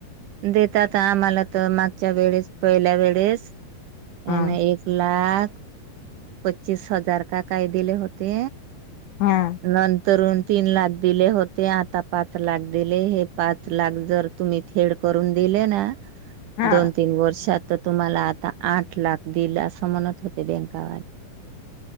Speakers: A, on the right (about 80°); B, on the left (about 85°).
A: देतात आम्हाला तर मागच्या वेळेस पहिल्या वेळेस,
B: हा
A: एने एक लाख पच्चीस हजार का काय दिले होते.
B: हा
A: नंतरून तीन लाख दिले हो ते आता पाच लाख दिले हे पाच लाख जर तुम्ही थेड करून दिले ना
B: हा
A: दोन तीन वर्षात तर तुम्हाला आता आठ लाख दिल असं म्हणत होते बँकावाले.